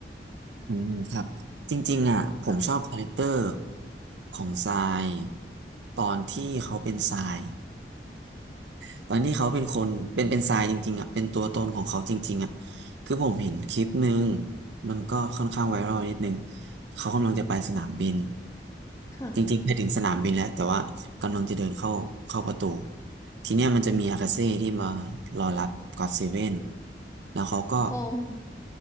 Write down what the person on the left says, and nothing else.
ค่ะ
ค่ะ
ออ